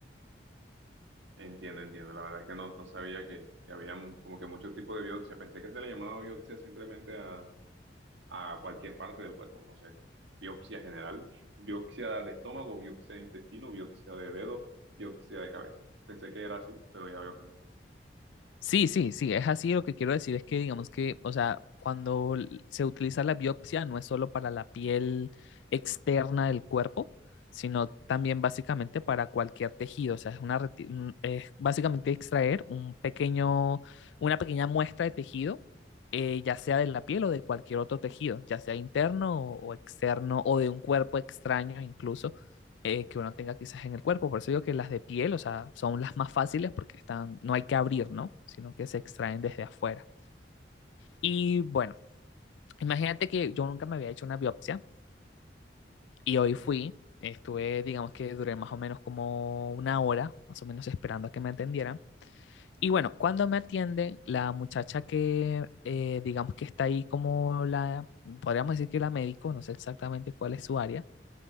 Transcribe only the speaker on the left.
Sí, sí, sí, es así. Lo que quiero decir es que, digamos que, o sea, cuando l- se utiliza la biopsia, no es solo para la piel externa del cuerpo, sino también básicamente para cualquier tejido. O sea, es una, reti- un- es básicamente extraer un pequeño, una pequeña muestra de tejido, eh, ya sea de la piel o de cualquier otro tejido, ya sea interno o o externo o de un cuerpo extraño incluso eh, que uno tenga quizás en el cuerpo. Por eso digo que las de piel, o sea, son las más fáciles porque están, no hay que abrir, ¿no? Sino que se extraen desde afuera. Y bueno, imagínate que yo nunca me había hecho una biopsia y hoy fui, estuve, digamos que duré más o menos como una hora, más o menos esperando a que me atendieran. Y bueno, cuando me atiende, la muchacha que, eh, digamos que está ahí como la, podríamos decir que la médico, no sé exactamente cuál es su área,